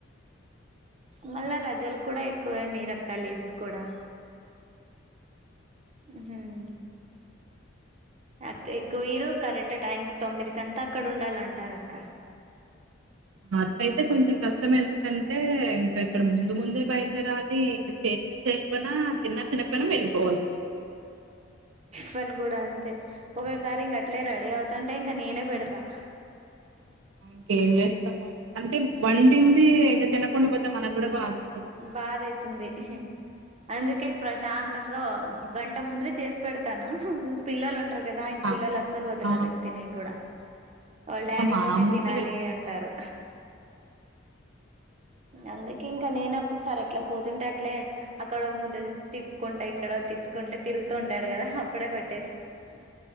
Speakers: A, on the right; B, on the right.
A: మళ్ళా రజలు కూడా ఎక్కువే మీరక్క లీవ్స్ కూడా హ్మ్ అక్క ఎక్కువీరు కరెక్ట్ టైమ్ తొమ్మిది కంతా అక్కడ ఉండాలంటారు అక్క
B: అట్లయితే కొంచెం కష్టమ్ కష్టం ఎందుకంటే ఇంకా ఇక్కడ ముందు ముందే బయలుదేరాలి ఇంకా చేసిన చేయకపోయినా తిన్న తినకపోయినా తినకపోయినా వెళ్లిపోవాల్సొస్తది
A: పని కూడా అంతే ఒొక్కసారి ఇంక అట్లే రెడీ అవుతంటే ఇంకా నేనే పెడతా
B: ఇంకేం చేస్తాంమనమ్ అంటే
A: హ్మ్.
B: వండింది ఇంక తినకుండా పోతే మనకూడా బాదే కదా
A: బాధ అయితుంది అందుకే ప్రశాంతంగా గంట ముందరే చేసి పెడతాను పిల్లలు ఉంట ఉంటర్ కదా
B: ఆ
A: పిల్లలు అస్సలు వదలరు
B: ఆ
A: ఇంగ తినేకి కూడా వాళ్ళ
B: ఇంకా
A: డాడీతోనే
B: మామూలే
A: తినాలి అంటారు అందుకే ఇంకా నేన ఒక్కొక్కసారి అట్లా పోతుంటే అట్లే అక్కడో ముద్ద తిప్పుకుంటా ఇక్కడో తిట్టుకుంటే తిరుతూంటాడు కదా అప్పుడే పెట్టే